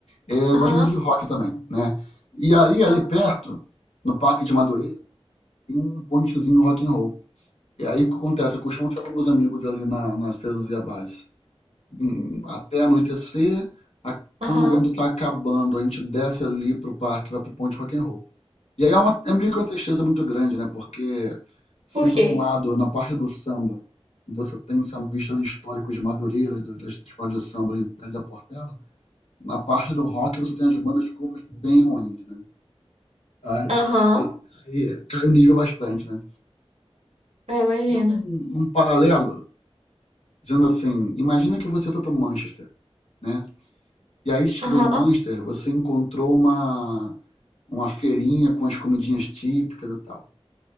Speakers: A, on the left (about 80°); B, on the right (about 75°).
A: é, eu
B: Aham,
A: gosto muito de rock também, né? E aí, ali
B: aham,
A: perto, no Parque de Madureira, tem um pontezinho rock and roll. E aí o que acontece? Eu costumo ficar com meus amigos ali na, na Feira do Zé Bás, hum, até anoitecer, a- quando
B: aham.
A: o vento tá acabando, a gente desce ali pro parque, vai pro Ponte Rock and Roll. E aí é, uma, é meio que uma tristeza muito grande, né? Porque se
B: Por
A: de
B: quê?
A: um lado, na parte do samba, você tem sambistas históricos de Madureira, do- das escolas de samba em Pé da Portela, na parte do rock você tem as bandas covers bem ruins, né? Aí,
B: Aham,
A: aí cai o nível bastante, né?
B: eu imagino.
A: fazer um, um paralelo. dizendo assim: imagina que você foi para Manchester, né? E aí chegou
B: Aham.
A: em Manchester, você encontrou uma, uma feirinha com as comidinhas típicas e tal.